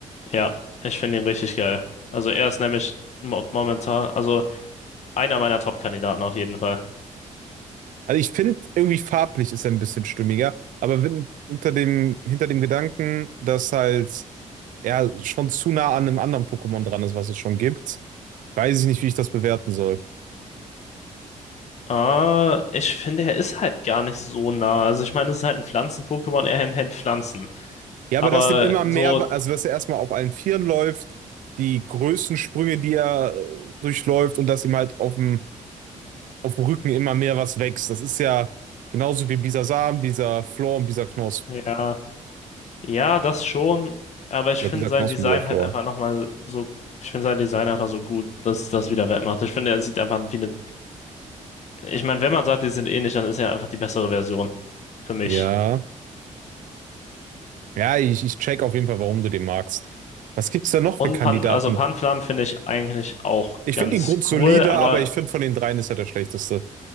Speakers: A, on the left (about 60°); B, on the right (about 80°).
A: Ja, ich finde ihn richtig geil. Also er ist nämlich mo momentan, also einer meiner Top-Kandidaten auf jeden Fall.
B: Also ich finde, irgendwie farblich ist er ein bisschen stimmiger, aber wenn, unter dem, hinter dem Gedanken, dass halt er schon zu nah an einem anderen Pokémon dran ist, was es schon gibt, weiß ich nicht, wie ich das bewerten soll.
A: Äh, ich finde, er ist halt gar nicht so nah. Also ich meine, es ist halt ein Pflanzen-Pokémon, er hält Pflanzen.
B: Ja,
A: Aber
B: aber dass dem immer
A: so,
B: mehr, also dass er erstmal auf allen Vieren läuft, die Größensprünge, die er äh, durchläuft und dass ihm halt auf dem auf dem Rücken immer mehr was wächst. Das ist ja genauso wie Bisa Samen, Bisa Flor und Bisa Knosp.
A: ja, ja, das schon. Aber ich
B: Oder
A: finde
B: Bisa
A: sein
B: Knosp
A: Design
B: und Bisa Flor.
A: halt einfach nochmal so, ich finde sein Design einfach so gut, dass das wieder wettmacht. Ich finde, er sieht einfach wie eine, ich meine, wenn man sagt, die sind ähnlich, dann ist er einfach die bessere Version für mich.
B: Ja. Ja, ich, ich check auf jeden Fall, warum du den magst. Was gibt's da noch
A: Und
B: für Kandidaten?
A: Pan, also Panflam finde ich eigentlich auch
B: Ich
A: ganz
B: finde ihn grundsolide,
A: cool, aber
B: aber ich finde von den dreien ist er der schlechteste. Ich